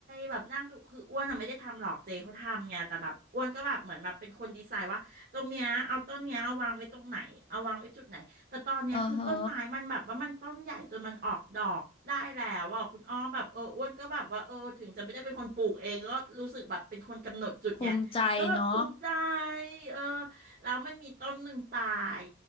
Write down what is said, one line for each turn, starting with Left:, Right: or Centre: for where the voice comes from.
Right: แบบนั่งดูคืออ้วนอะไม่ได้ทำหรอกเจเขาทำไงแต่แบบอ้วนก็แบบเหมือนแบบเป็นคนดีไซน์ว่า ตรงเนี้ยเอาต้นเนี้ยเอาวางไว้ตรงไหนเอาวางไว้จุดไหนแต่ตอนเนี้ยคือต้นไม้มันแบบว่ามันต้นใหญ่จนมันออกดอกได้แล้วอ่ะคุณอ้อมแบบเอออ้วนก็แบบว่าเออถึงจะไม่ได้เป็นคนปลูกเองก็รู้สึกแบบเป็นคนกำหนดจุดไงก็แบบภูมิใจ
Left: อ๋อฮะ ภูมิใจเนาะ
Right: เออแล้วมันมีต้นหนึ่งตาย